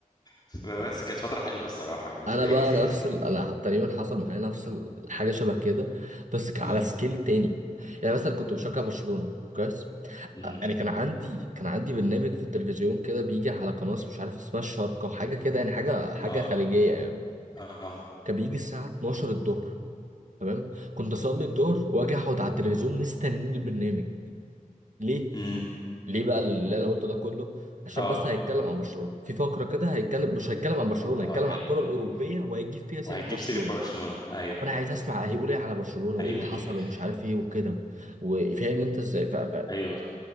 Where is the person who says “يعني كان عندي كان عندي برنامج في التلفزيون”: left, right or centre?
Right